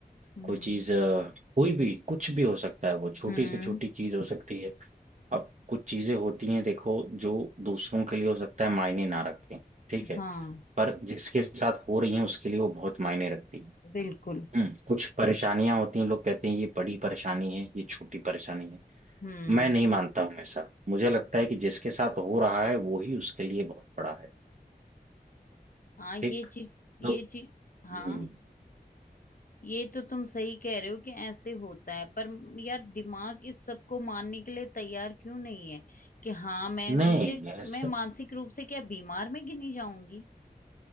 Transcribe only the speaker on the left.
हम्म
हम्म
हाँ
बिल्कुल
हम्म
हाँ ये
चीज ये
चीज हाँ
ये तो तुम सही कह रहे हो कि ऐसे होता है पर म- यार दिमाग इस सब को मानने के लिए तैयार क्यों नहीं है कि हाँ मैं
मुझे
मैं मानसिक रूप से क्या बीमार में गिनी जाऊंगी